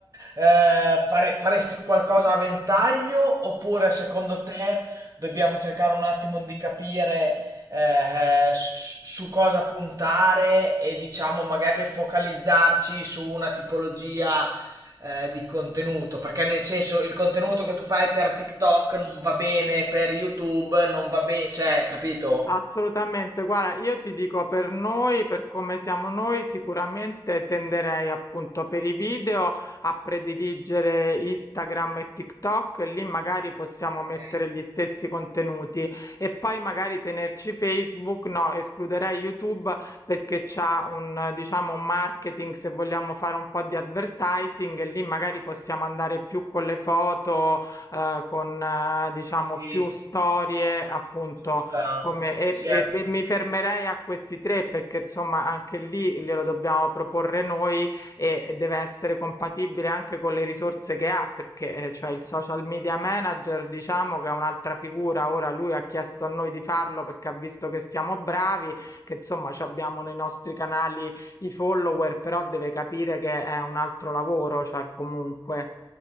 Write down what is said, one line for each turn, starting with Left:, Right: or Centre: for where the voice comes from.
Right: eh, fare- faresti qualcosa a ventaglio oppure secondo te dobbiamo cercare un attimo di capire eh, s- s- su cosa puntare e diciamo magari focalizzarci su una tipologia eh, di contenuto, perché nel senso il contenuto che tu fai per TikTok non va bene, per YouTube non va bene, cioè, capito?
Left: Assolutamente, guarda, io ti dico per noi, per come siamo noi, sicuramente tenderei appunto per i video a prediligere Instagram e TikTok e lì magari possiamo mettere
Right: Ok,
Left: gli stessi contenuti e poi magari tenerci Facebook, no, escluderei YouTube perché c'ha un, eh, diciamo, un marketing se vogliamo fare un po' di advertising e lì magari possiamo andare più con le foto, eh, con, eh, diciamo,
Right: sì, sì,
Left: più storie appunto
Right: ci sta.
Left: come e
Right: Sì,
Left: e
Right: anche.
Left: e mi fermerei a questi 3 perché insomma anche lì glielo dobbiamo proporre noi e deve essere compatibile anche con le risorse che ha, perché, ehm, cioè il social media manager diciamo che è un'altra figura. Ora lui ha chiesto a noi di farlo perché ha visto che siamo bravi, che insomma c'abbiamo nei nostri canali i follower, però deve capire che è un altro lavoro, cioè comunque.